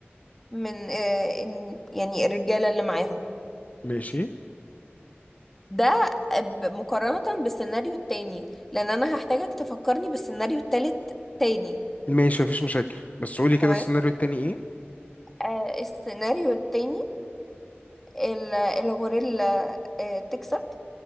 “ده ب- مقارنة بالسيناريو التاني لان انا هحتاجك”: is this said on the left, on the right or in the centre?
Centre